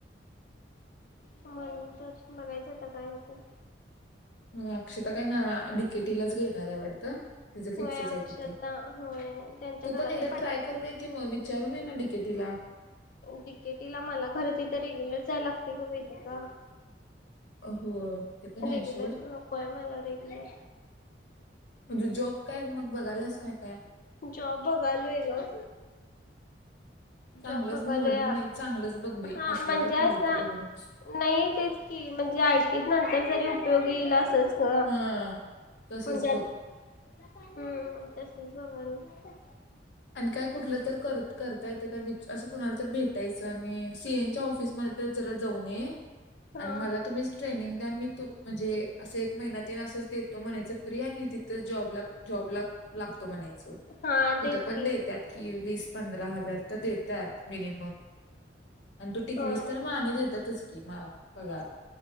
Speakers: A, on the left; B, on the left.
A: म्हणूंन तरं बघायचं आंता कायं होते
B: अक्षतां कायं नां डिकेटीलांच घेणारं आहे वाटतं तुझं फिक्सच
A: होय अक्षता
B: आहे तिथं,
A: होय त्यांच्या
B: तू
A: घरातले
B: पण एकदा
A: पाठव
B: ट्राय करून ये की मग विचारून ये ना किती लांब
A: डिकीटीला मला खरेदीला रेग्युलर जाय लागते का माहिती आहे का
B: हो ते पण आहे
A: रेग्युलर
B: सोड
A: नकोय मला रेग्युलर
B: म्हणजे जॉब काय मग बघायलास काय काय
A: जॉब बघायलो ग
B: चांगलच
A: जॉब बघालोय
B: निवड चांगलच बघ बाई
A: हा
B: असल
A: म्हणजे
B: काय
A: असा
B: फालतू बघू नकोस
A: नाही तेच की म्हणजे आयटीत नंतर जरी उपयोग येईला असच ग
B: हा तसंच
A: म्हणजे
B: बघ
A: हम्म तसच बघा ना
B: आणि काय कुठलं तर करत करता येते का विच असं कुणाला तर भेटायचं आणि, सीएन च्या ऑफिसमध्येध्ये तर जरा जाऊन ये
A: हा
B: आणि मला तुम्हीच ट्रेनिंग द्या मी त म्हणजे असं एक महिना्या तन असंच देतो म्हणायच फ्री आणि तिथं जॉबला जॉब ला लागतो म्हणायच
A: हा तेच
B: पण
A: की
B: देतात की वीस पंधरा हजार तर देतात मिनिमम आणि तू
A: होय
B: टिकलीस तर, मानी देतातच की मा पगार